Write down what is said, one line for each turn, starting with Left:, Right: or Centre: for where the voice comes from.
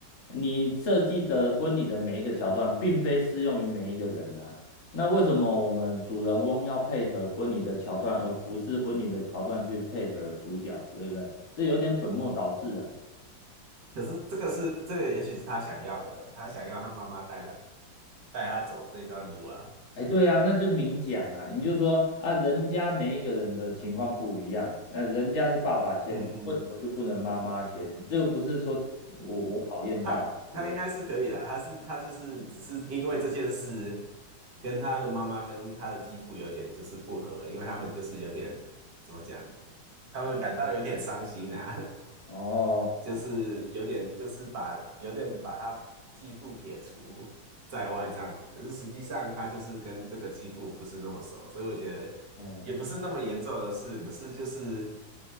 Left: 你设计的婚礼的每一个桥段并非适用于每一个人啊。那为什么我们主人翁要配合婚礼的桥段，而不是婚礼的桥段去配合主角，对不对？这有点本末倒置啊。
Right: 可是这个是这个，也许是她想要的，她想要她妈妈带她带她走那段路啊。
Left: 哎，对啊，那就明讲啊，你就说啊，人家每一个人的情况不一样，那、人家是爸爸签，
Right: 嗯嗯嗯，
Left: 为什么就不能妈妈签？这又不是说我我讨厌爸爸，
Right: 她她应该是可以啊，
Left: 对不对
Right: 她是她就是只是因为这件事。跟她的妈妈跟她的继父有点就是不合，因为他们就是有点怎么讲，他们感到有点伤心啊。<laughs>
Left: 哦，
Right: 就是有点就是把有点把他继父撇除在外这样子，可是实际上他就是跟这个继父不是那么熟，所以我觉得也不是那么严重的事，
Left: 嗯，
Right: 可是就是